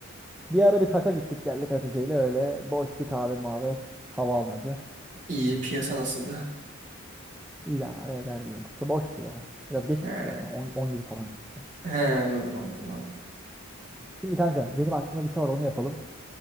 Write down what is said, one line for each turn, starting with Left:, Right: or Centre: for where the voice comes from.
Centre: Bir ara bir taka gittik geldik Hatice ile öyle boş bir kahve mavi hava almacı.
Right: İyi, piyasa nasıldı?
Centre: İdare eder diyeyim. Çok boştu ya. Biraz geç
Right: He,
Centre: gittik zaten. 10, gibi falan gittik. de.
Right: he, anladım anladım anladım.
Centre: Şimdi kanka benim aklımda bir şey var onu yapalım.